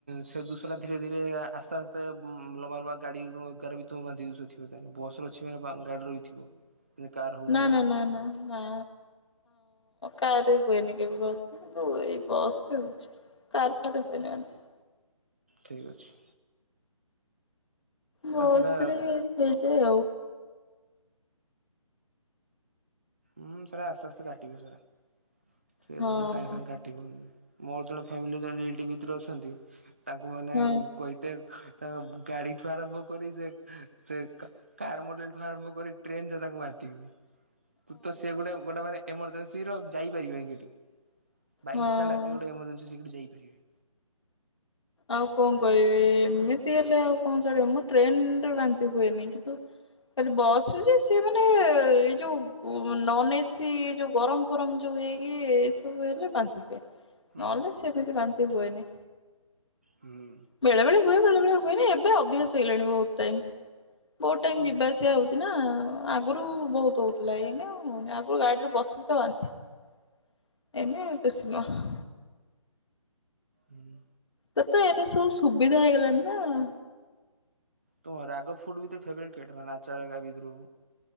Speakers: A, on the right (about 20°); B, on the left (about 55°).
A: ସେ ଦୋଷ ଟା ଧୀରେ ଧୀରେ ଆସ୍ତେ ଆସ୍ତେ ଲମ୍ବା ଲମ୍ବା ଗାଡି ବି ତ ବାନ୍ତି ଦଥିବ ବସ ର ଅଛି ମାନେ ଗାଡି ରଥିବ। କର ହଉ
B: ନା
A: ଏ
B: ନା
A: ହଉ।
B: ନା ନା ନା କାର ରେ ହୁଏନି କେବେ ଵାନ୍ତି କିନ୍ତୁ ଏଇ ବସ ରେ ହଉଛି କାର ଫାର ରେ ହୁଏନି ବାନ୍ତି।
A: ଠିକ ଅଛି।
B: ମସରେ
A: ନା ସେଇଟା
B: ହେଇଯା ଆଉ।
A: ହୁଁ ସାରା ଆସ୍ତେ ଆସ୍ତେ କାଟିଵେ ସାରା ସେ
B: ହଁ
A: ଦୁ ସାଙ୍ଗେ ସାଙ୍ଗେ କାଟିବ ମୋ ଜଣେ ଫାମିଲି ଜଣେ ରିଟି ଭିତରେ ଅଛନ୍ତି। ତାଙ୍କୁ ମାନେ
B: ହଁ
A: କହିତେ ତାଙ୍କ ଗାଡି ଠୁଆରମ୍ଭ କରି ସେ ସେ କାର ମଡଲଠୁ ଆରମ୍ଭ କରି ଟ୍ରେନ ଯ ତାକୁ ମାରିଥିବ। ତ ସେ ଗୁଟେ ଗୋଟେ ଏମର୍ଯ୍ୟସ୍ ସ୍ର ଯାଇପାରିବନ କିଠି ବାଇକ
B: ହଁ।
A: ଛଡା କେଉୋଟ ଏମଜନ୍ସି ସେଠ ଯାଇି ପାରିବେ।
B: ଆଉ କଣ କହିବେ ଏମିତି ହେଲେ ଆଉ କଣ ଚଳିବ ମୁଁ ଟ୍ରେନରେ ବାନ୍ତି ହୁଏନି କିନ୍ତୁ ଖାଲି ବସ ରେ ଯେ ସିଏ ମାନେ ଏଇ ଯୋଉ ନନ ଏସି ଯୋଉ ଗରମ ଫରମ ଯୋଉ ହେଇକି ଏ ସବୁ ହେଲେ ବାନ୍ତି ହୁଏ।
A: ହୁଁ
B: ନହେଲେ ସେମିତି ବାନ୍ତି ହୁଏନି।
A: ହୁଁ
B: ବେଳେ ବେଳେ ହୁଏ ବେଳେ ବେଳେ ହୁଏନ ଏବେ ଅଭ୍ୟାସ ହେଇଗଣି ବହୁତ ଟାଇମ। ବହୁତ ଟାଇମ
A: ହୁଁ
B: ଯିବା ଆସିବା ହଉଛି ନା। ଆଗରୁ ବହୁତ ହଉଥିଲା ଏଇନେ ଆଉ ହେଉନି ଆଗରୁ ଗାଡିରେ ବସି ବିିଥା ବାନ୍ତିଏଇନେ ବେଶୀ ନୁହଁ।
A: ହୁ୍।
B: ତ ତ ଏନ ସବୁ ସୁବିଧା ହେଇଗଲାଣି ନା
A: ତମ ରାଗ ଫୁଡ ଭତରେ ଫେବରାଈଟି କେଟ ମାନ ନା ଆଚାରାଗା ଭିତରୁ